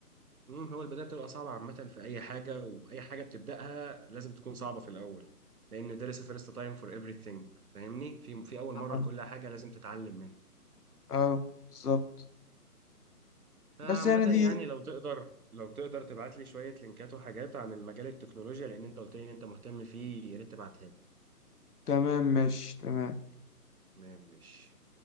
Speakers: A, on the right; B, on the left.
A: امم هو البدايه بتبقى صعبه عامه في اي حاجه واي حاجه بتبداها لازم تكون صعبه في الاول لان there is a first time for everything فاهمني في في اول مره
B: أه
A: لكل حاجه لازم تتعلم منها
B: آه، بالظبط
A: فعامه
B: بس يعني دي
A: يعني لو تقدر لو تقدر تبعت لي شويه لينكات وحاجات عن المجال التكنولوجيا لان انت قلت لي ان انت مهتم فيه يا ريت تبعتها لي
B: تمام ماشي تمام
A: تمام ماشي